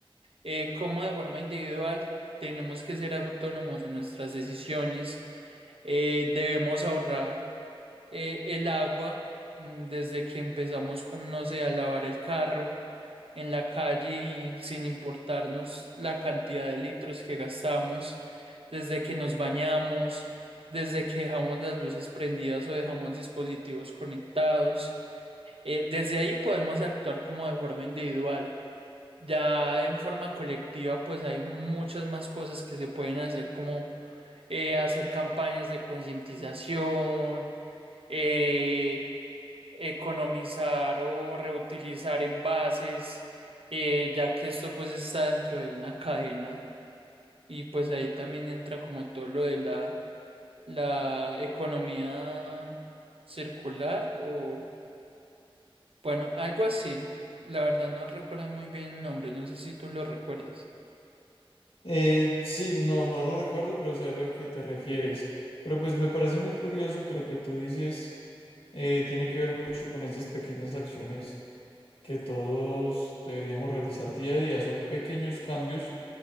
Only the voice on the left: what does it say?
Eh, sí, no, no lo recuerdo, pero sé a lo que te refieres. Pero pues me parece muy curioso que lo que tú dices eh, tiene que ver mucho con esas pequeñas acciones que todos deberíamos realizar día a día. Son pequeños cambios